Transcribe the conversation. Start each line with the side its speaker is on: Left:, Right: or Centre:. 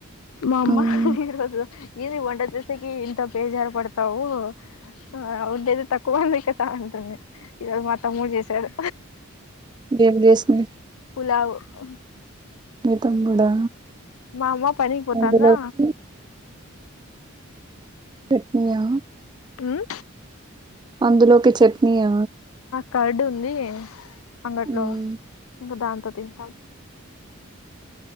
Left: మా అమ్మ
Right: మ్మ్
Left: ఈ రోజు ఇది వంట చేసేకి ఇంత బేజారు పడతావు ఆ ఔదేది తకుంద కదా అంటుంది ఇవాళ మ తమ్ముడు చేసాడు
Right: ఏం చేసినరు
Left: పులావ్ హ
Right: మీ తమ్ముడా
Left: అమ్మ పనికి పోతాందా
Right: అందులోకి పెట్టిన్య
Left: అం
Right: అందులోకి చట్నీయ్య
Left: కర్డు ఉంది అంగట్లో
Right: మ్మ్
Left: ఇంకా దాంతో తింటాం